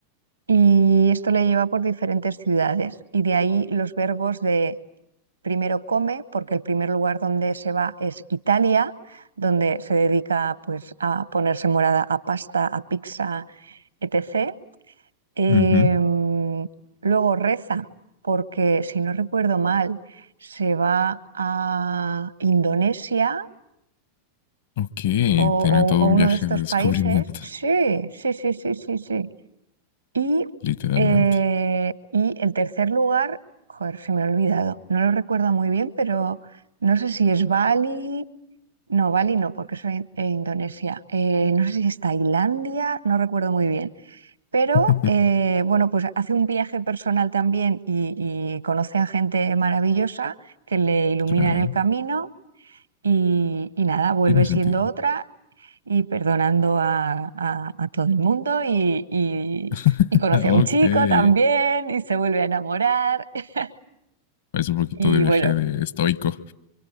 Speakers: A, on the right; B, on the left.
A: Y esto le lleva por diferentes ciudades y de ahí los verbos de primero come, porque el primer lugar donde se va es Italia, donde se dedica pues a ponerse morada a pasta, a pizza, etc. Em,
B: Ujú.
A: luego reza, porque si no recuerdo mal, se va a Indonesia
B: Ok,
A: o,
B: tiene todo
A: o- o
B: un
A: uno
B: viaje
A: de estos
B: de descubrimiento,
A: países. Sí, sí, sí, sí, sí, sí. Y,
B: literalmente.
A: eh, y el tercer lugar, joder, se me ha olvidado, no lo recuerdo muy bien, pero no sé si es Bali, no, Bali no, porque soy en Indonesia, Eh, no sé si es Tailandia, no recuerdo muy bien, pero
B: <laughs>
A: eh, bueno, pues hace un viaje personal también y, y conoce a gente maravillosa que le ilumina
B: Claro,
A: en el camino y, y nada, vuelve
B: tiene
A: siendo
B: sentido.
A: otra y perdonando a, a- a todo el mundo y, y,
B: <laughs>
A: y conoce
B: Ok,
A: a un chico
B: es
A: también y se vuelve a enamorar. <laughs>
B: un poquito
A: Y
B: de viaje
A: bueno,
B: de estoico.